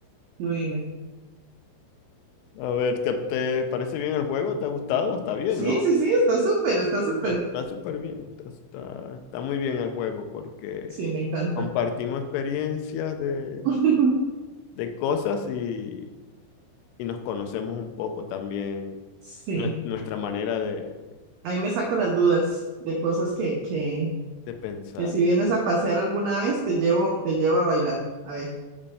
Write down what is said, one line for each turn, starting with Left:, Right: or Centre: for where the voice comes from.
Right: tú dime.
Left: A ver, ¿te, te parece bien el juego? ¿Te ha gustado? Está bien,
Right: Sí,
Left: ¿no?
Right: sí, sí, está súper, está súper.
Left: Está está súper bien. Está, está- está muy bien el juego porque
Right: Sí, me encanta.
Left: compartimos experiencias de,
Right: <laughs>
Left: de cosas y, y nos conocemos un poco también
Right: Sí,
Left: nue- nuestra manera de,
Right: ahí me saco las dudas de cosas que, que,
Left: de pensar.
Right: que si vienes a pasear alguna vez, te llevo, te llevo a bailar. A ver.